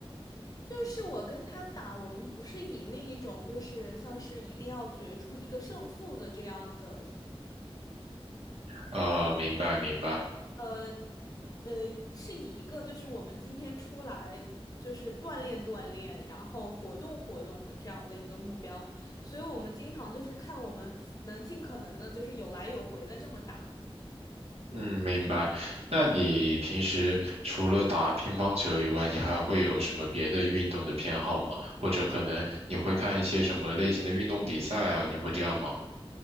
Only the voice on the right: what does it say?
呃，明白明白。
嗯，明白。那你平时除了打乒乓球以外，你还会有什么别的运动的偏好吗？或者可能你会看一些什么类型的运动比赛啊？你会这样吗？